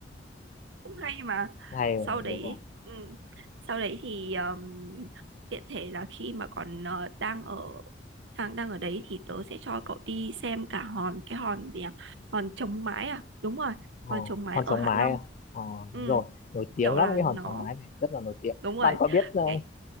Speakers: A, on the right (about 80°); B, on the left (about 40°).
A: cũng hay mà
B: Hay rồi,
A: sau đấy
B: đúng rồi.
A: ừ. sau đấy thì um, tiện thể là khi mà còn ờ, đang ở đang đang ở đấy thì tớ sẽ cho cậu đi xem cả hòn cái hòn gì à? hòn chống mái à đúng rồi
B: Ồ,
A: hòn chống mái
B: hòn
A: ở
B: Sống
A: Hạ
B: Mái
A: Long
B: à? Ồ,
A: ừ
B: đúng rồi. Nổi tiếng
A: kiểu
B: lắm
A: là
B: cái
A: nó
B: hòn Sống Mái này, rất là nổi tiếng.
A: đúng rồi
B: Bạn có biết ờ,
A: ngày